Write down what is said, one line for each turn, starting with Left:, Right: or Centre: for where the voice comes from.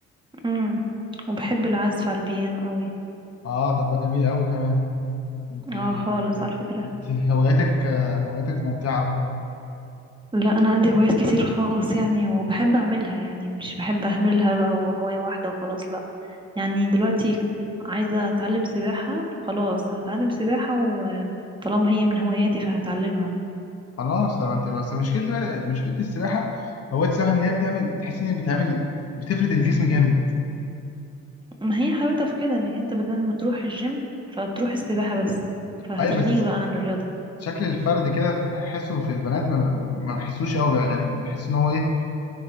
Right: امم وبحب العزف على البيانو قوي
Left: اه طب ده جميل قوي كمان انت
Right: اه خالص على فكره
Left: انت هواياتك هواياتك ممتعه أوي.
Right: لا انا عندي هوايات كتير خالص يعني وبحب اعملها يعني مش بحب اهملها بقى وهوايه واحده وخلاص لا يعني دلوقتي ك- عايزه اتعلم سباحه خلاص هتعلم سباحه وطالما هي من هواياتي فهتعلمها
Left: خلاص طب انت بس مشكلة بقى- مشكلة السباحة هواية السباحة ان هي بتعمل تحس ان هي بتعمل بتفرد الجسم جامد
Right: ما هي حلاوتها في كده انك انت بدل ما تروح الجيم فتروح السباحة بس فهتغنيك
Left: ايوه بس
Right: بقى عن الرياضة
Left: شكل الفرد كده تحسه في البنات ما, ب... ما بحسوش قوي يعني بحس ان هو ايه